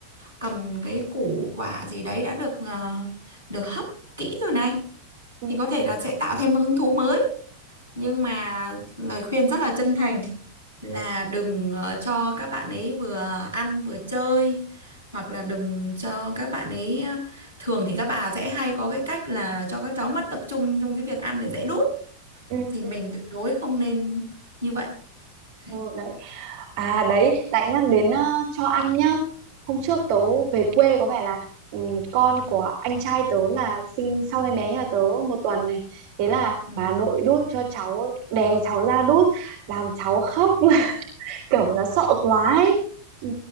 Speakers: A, on the right; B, on the right.
A: cầm cái củ quả gì đấy đã được ờ, được hấp kỹ rồi này
B: ừ,
A: thì có
B: ừ,
A: thể là sẽ tạo thêm hứng thú mới. Nhưng mà lời khuyên rất là chân thành là đừng ờ, cho các bạn ấy vừa ăn vừa chơi hoặc là đừng cho các bạn ấy ờ, thường thì các bà sẽ hay có cái cách là cho các cháu mất tập trung trong cái việc ăn để dễ đút
B: ừ,
A: thì mình
B: ừ,
A: tuyệt đối không nên như vậy Đấy.
B: ừ, đấy à đấy lại nhắc đến ờ, cho ăn nhá hôm trước tớ về quê có vẻ là ừ, con của anh trai tớ là sinh sau em bé nhà tớ một tuần này thế là
A: Ừ.
B: bà nội đút cho cháu ấy, đè cháu ra đút làm cháu khóc <laughs> kiểu nó sợ quá ấy ừ,